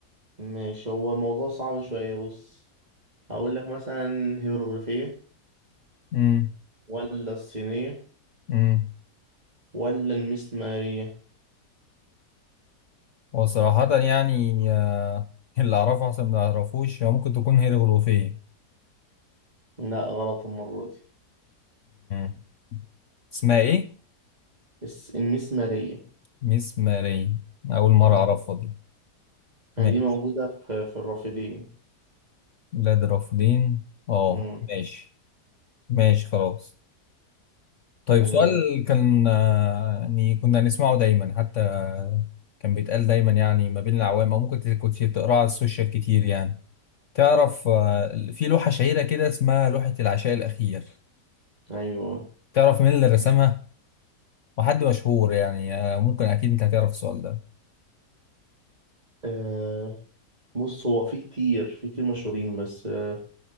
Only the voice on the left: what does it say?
مم.
مم.
وصراحة يعني آه اللي أعرفه أحسن من اللي أعرفوش هو ممكن تكون هيروغليفية
مم. اسمها إيه؟
مسمارية أول مرة
أعرفها دي ماشي
بلاد الرافدين اه
ماشي ماشي خلاص طيب
سؤال كان آه، يعني كنا نسمعه دايما حتى كان بيتقال دايما يعني ما بين العوام او ممكن كنت تقراه على السوشيال كتير يعني تعرف آه،
في لوحة شهيرة كده اسمها لوحة العشاء الأخير
تعرف مين اللي رسمها
وحد مشهور يعني آه، ممكن أكيد أنت هتعرف السؤال ده